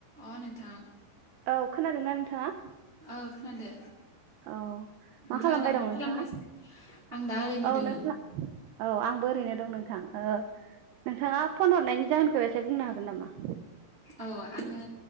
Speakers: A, on the right; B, on the right.
A: अ नोंथां
B: औ खोनादों ना नोंथाङा
A: ओ खोनादो
B: औ
A: नोंथाङा
B: खालामबाय
A: दा
B: दं
A: मा
B: नोंथाङा
A: खालामगासिनो आं दा ओरैनो
B: औ
A: दोङो
B: नोंथां औ आंबोरैनो दं नोंथां औ नोंथाङा फन हरनायनि जाहोनखौ एसे बुंनो हागोन नामा
A: औ आङो